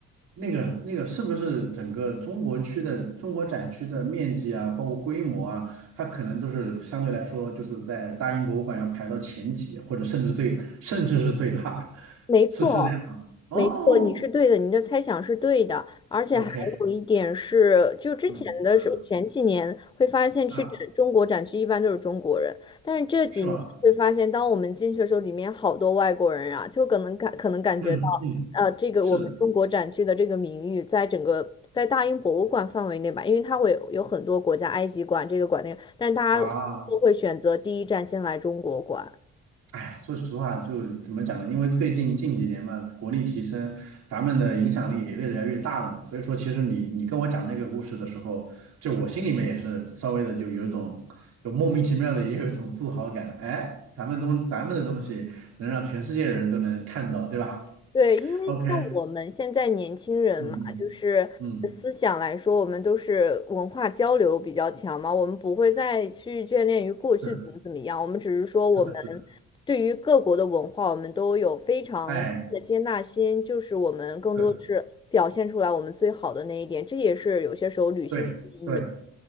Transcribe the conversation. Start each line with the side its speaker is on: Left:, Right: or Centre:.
Right: 那个那个是不是整个中国区的中国展区的面积啊，包括规模啊，它可能都是相对来说就是在大英博物馆要排到前几，或者甚至最甚至是最大，
Left: 没错，
Right: <laughs> 是是这样。哦
Left: 没错，你是对的，你的猜想是对的，而且还有一点是，
Right: ，OK，
Left: 就之前的时候，
Right: 嗯嗯
Left: 前几年会发现去展中国展区一般都是中国人，
Right: 啊，
Left: 但是这几年会发现，
Right: 是吗？
Left: 当我们进去的时候，里面好多外国人啊，就可能感可能感觉到，
Right: 嗯嗯，
Left: 呃，这个我们中国展区的这个名誉，
Right: 是的
Left: 在整个在大英博物馆范围内吧，因为它会有很多国家，埃及馆这个馆那个，但是大家都会选择第一站先来中国馆。
Right: 啊。哎，说实话，就怎么讲呢？因为最近近几年嘛，国力提升，咱们的影响力也越来越大了嘛。所以说，其实你你跟我讲那个故事的时候，就我心里面也是稍微的就有一种，就莫名其妙的也有一种自豪感。哎，咱们东咱们的东西能让全世界的人都能看到，对吧
Left: 对，因为像我们现在年轻人嘛，
Right: ？OK，嗯嗯
Left: 就是思想来说，
Right: 嗯，
Left: 我们都是文化交流比较强嘛，我们不会再去眷恋于过去怎么怎么样，
Right: 是
Left: 我们只是说我们
Right: 是的是的，
Left: 对于各国的文化，我们都有非常的接纳心，
Right: 哎，
Left: 就是我们更多的是表现出来我们最好的那一点，
Right: 对
Left: 这也是有些时候旅行的意义。
Right: 对对。